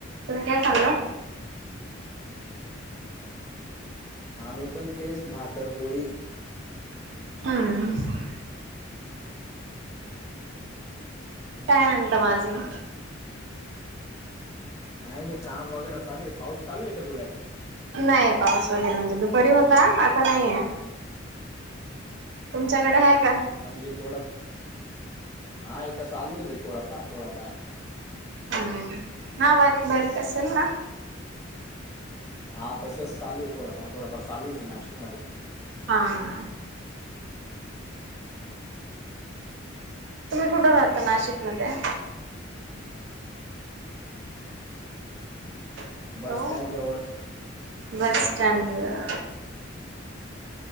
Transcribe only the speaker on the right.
तुम्ही काय खाल्लं
ह काय म्हणत माझं
नाही पाऊस वगैरे म्हणजे दुपारी होता आता नाहीये तुमच्याकडे आहे का
हम हा बारीक बारीक असेल ना
हा तुम्ही कुठे राहता नाशिकमध्येध्ये हॅलो
बस स्टँ